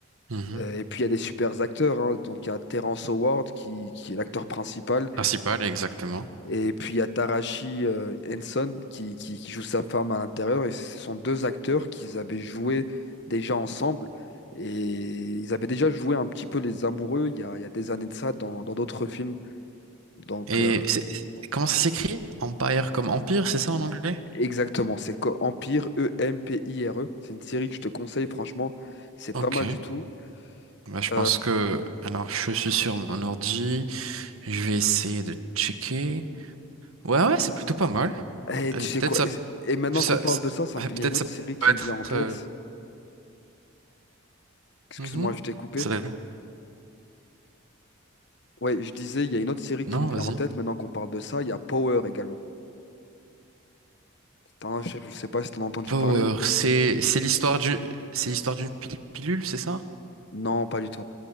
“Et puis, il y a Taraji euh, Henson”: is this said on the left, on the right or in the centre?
Left